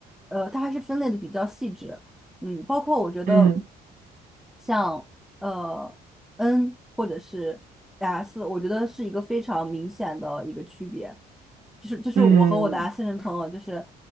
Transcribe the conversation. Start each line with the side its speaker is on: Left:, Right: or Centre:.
Centre: 呃，它还是分类的比较细致。嗯，包括我觉得
Right: 嗯嗯
Centre: 像呃 N 或者是 S，我觉得是一个非常明显的一个区别，就是就是我和我的
Right: 嗯。
Centre: S 人朋友，就是